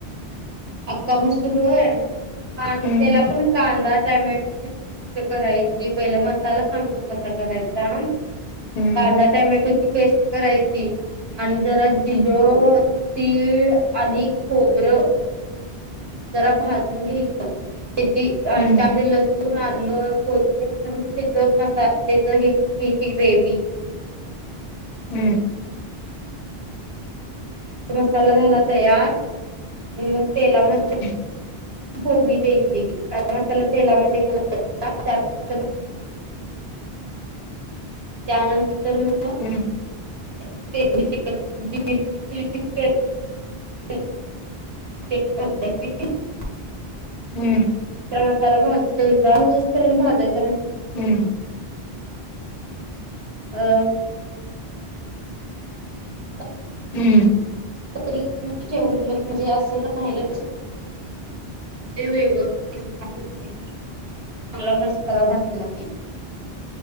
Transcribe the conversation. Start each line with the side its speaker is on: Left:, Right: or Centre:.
Right: आक्का मण सुरू आहेां त्याला
Left: हम्म
Right: पण कांदा टमॅटोची पस् करायची पहिला मसाला सांगतो कसा करायचा
Left: हम्म
Right: कांदा टमॅटोची पेस्ट करायची आणि जरा जिरो
Left: हम्म
Right: तीळ आणि खोबरं जरा भाजून घ्यायच. त्याची त्यामध्ये
Left: हम्म
Right: लसूण, आलं, कोथबिर <unintelligible> शती देवी
Left: हम्म.
Right: मसाला झाला तयार आणि मग तेलामध्ये
Left: ह.
Right: फोडली द्यायची. सगळा मसाला तेलामध्ये घाल यचा त्यानंतर <unintelligible>
Left: हम्म.
Right: <unintelligible> <inaudible> <inaudible>
Left: हम्म.
Right: मसाला भाज द्यायचा <unintelligible> ऊस पर्यंत भाजायचा.
Left: हम्म.
Right: अ <inaudible>
Left: हम्म.
Right: त मी ठेवल म्हणजे असं राहिलं <inaudible> ते वेगळं <inaudible> सगळा मसाला भाजला कि